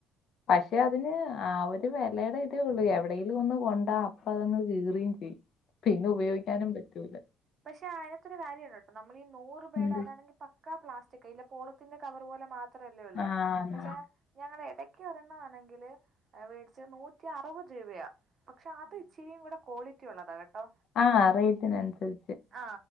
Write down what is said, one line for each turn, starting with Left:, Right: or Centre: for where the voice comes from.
Left: പക്ഷേ അതിന് ആ ഒരു വെലേടെ ഇതേ ഒള്ളൂ എവിടെലൊന്ന് കൊണ്ടാ അപ്പാതൊന്ന് കീറീം ചെയ്യും. പിന്നെ ഉപയോഗിക്കാനും പറ്റൂല.
Right: പക്ഷേ അയ്നൊക്കൊരു കാര്യണ്ട്ട്ടോ നമ്മള് ഈ നൂറു രൂപേടെ
Left: എന്ത്
Right: അതാണെങ്കിൽ പക്കാ പ്ലാസ്റ്റിക് ഇല പോളത്തിന്റെ കവറ് പോലെ മാത്രല്ലേ ഒള്ളൂ
Left: ആ ആണ്.
Right: പക്ഷെ ഞങ്ങള് എടയ്ക്ക് ഒരെണ്ണം ആണെങ്കില് ഏ വേട്ച്ചെ നൂറ്റി അറുപത് രൂപയാ. പക്ഷെ അത് ഇച്ചിരിയും കൂടെ ക്വാളിറ്റി ഉള്ളതാ കേട്ടോ.
Left: ആഹ് റേറ്റിന് അൻസരി
Right: ആ